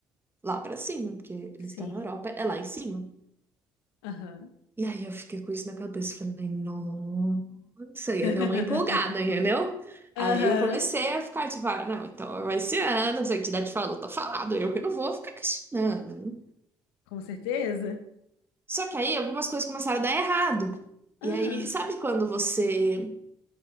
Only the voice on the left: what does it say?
Sim.
Aham.
<laughs>
Aham.
Com certeza.
Ah,